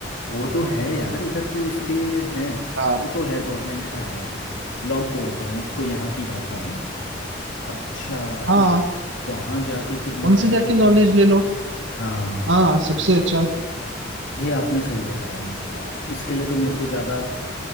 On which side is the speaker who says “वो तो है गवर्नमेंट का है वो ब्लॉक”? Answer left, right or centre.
Left